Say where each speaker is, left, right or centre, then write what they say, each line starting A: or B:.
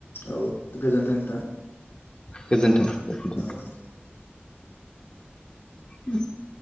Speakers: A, on the left (about 75°); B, on the left (about 25°).
A: औ गोजोन्थों नोंथां।
B: गोजोनथों गोजोनथों।
A: औ
B: <inaudible>